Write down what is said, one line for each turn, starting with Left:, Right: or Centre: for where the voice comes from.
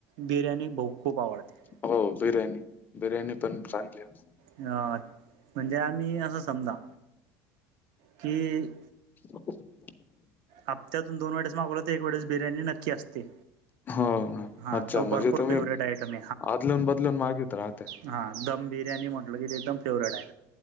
Right: बिर्याणी ब खूप आवडते
Left: हो बिर्याणी बिर्याणी पण. <unintelligible>
Right: अ म्हणजे आम्ही असं समजा. की.
Left: <unintelligible>
Right: हप्त्यातूनोनेळेस मागवो तर एक वेळेस बिर्याणी नक्की असते.
Left: हो
Right: हा
Left: अच्छा
Right: तो
Left: म्हणजे
Right: भरपूर
Left: तुम्ही
Right: फेवरेट आयटम
Left: आदलून बदलून मागत राहते.
Right: हां दम बिर्याणी म्हटलं की ते एकदम फेवरेट आहे.